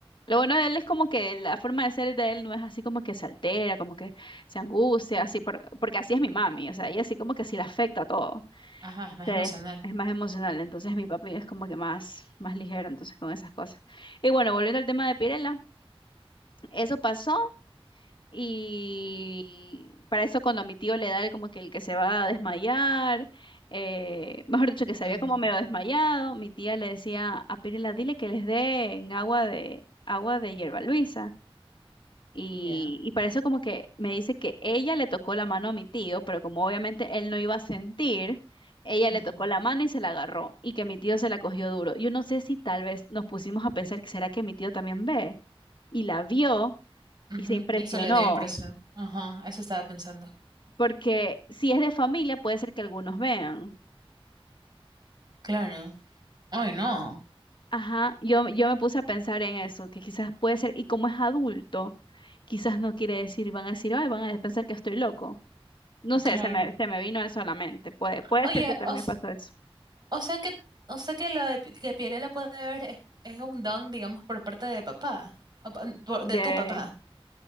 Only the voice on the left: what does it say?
lo bueno de él es como que la forma de ser de él no es así como que se altera, como que se angustia, así por- porque así es mi mami, o sea, ella así como que sí le afecta todo.
Sí,
es más emocional, entonces mi papi es como que más más ligero entonces con esas cosas. Y bueno, volviendo al tema de Pirela, eso pasó y para eso cuando a mi tío le da el como que el que se va a desmayar, eh, mejor dicho, que se
había como medio desmayado, mi tía le decía a Pirela, dile que les den agua de, agua de hierba Luisa. Y,
y para eso como que me dice que ella le tocó la mano a mi tío, pero como obviamente él no iba a sentir, ella
le tocó la mano y se la agarró, y que mi tío se la cogió duro. Yo no sé si tal vez nos pusimos a pensar que será que mi tío también ve, y la vio
y se impresionó.
porque si es de familia puede ser que algunos vean.
Ajá, yo, yo me puse a pensar en eso, que quizás puede ser, y como es adulto, quizás no quiere decir, van a decir, ay, van a pensar que estoy loco. No sé,
se me, se me vino eso a la mente. Puede, puede
ser que también
pasó eso.
De...